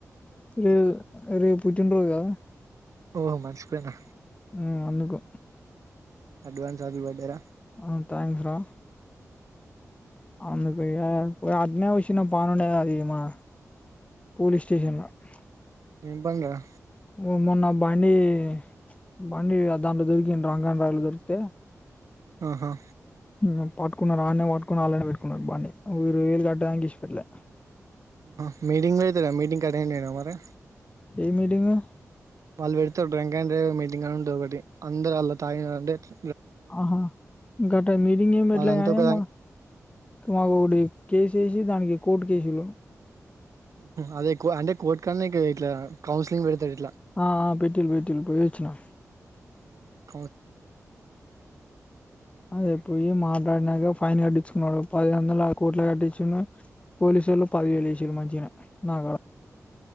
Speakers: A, on the left; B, on the right.
A: ప్చ్ లేవ్ అరేప్ పుట్టిన్ రోజుగా
B: ఓహో మార్చిపోయినా
A: ఆ అందుకో
B: అడ్వాన్స్ హ్యాపీ బర్డే రా
A: హ్మ్ థాంక్స్ రా అందుకేగా వ్వాడ్నే వచిన బాగుండేది. అది మా పోలీస్ స్టేషన్లా ప్చ్
B: ఏం బండ్లరా
A: మోమొన్న బండి ప్చ్, హ్మ్ బండి దాంట్లో దొరికిం డ్రంక్ అండ్ డ్రైవ్ దొరికితే
B: ఆహా
A: హ్మ్ పాట్టుకున్నారు. ఆన్నే పాట్టుకుని వాళ్ళనే పెట్టుకున్నారు. బండి హ్మ్ ఇరవై వేలు కడ్డానికి ఇసిపెట్లే
B: ఆహా మీటింగ్ <unintelligible> మీటింగ్ కటింగ్ జేన మరి
A: ఏ మీటింగు
B: వాళ్ళు వెడుతరు. డ్రం డ్రాంక్ డ్రైవర్ మీటింగ్ అని ఉంటది. ఒకటి అందరు అల్లా తాగినా అంటే ప్చ్
A: ఆహా ఇంకట మీటింగ్ ఏమి పెట్లాగాని,
B: వాళ్ళంతా ఒక
A: మా మావొడి రకేసు వేసి దానికి కోర్టు కేసిల్లు
B: హ్మ్ మ్మ్ అదేక్కువ అంటే, కోర్టు కన్నేక్కువే ఇట్లా ఆవ్ కౌన్స్లి <inaudible>
A: ఆ పెటిల్ పెటిల్ పో చ్చినా
B: హు
A: అదే పోయి మాట్లాడినాకా ఫైన్ కట్టించుకున్నాడు పది అయిదు వందల ఆ కోట్ల కట్టించిండు పోలీసోళ్ళు పది వేయిలు వేశిరు మంచిగే నా కాడ